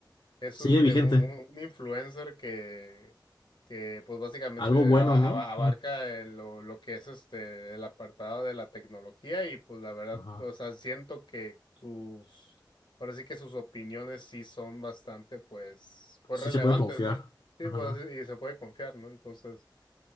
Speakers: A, on the left; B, on the left.
A: Es
B: Sigue
A: este,
B: vigente.
A: un, un- influencer que, que pues básicamente
B: Algo bueno,
A: aba-
B: ¿no?
A: aba- abarca el- lo, lo que es este el apartado de la tecnología y pues la verdad,
B: <laughs> Ajá.
A: o sea, siento que sus, ahora sí que sus opiniones sí son bastante pues, pues
B: Sí
A: relevantes,
B: se puede confiar.
A: ¿no? Sí,
B: Ajá.
A: pues así- y se puede confiar, ¿no? Entonces,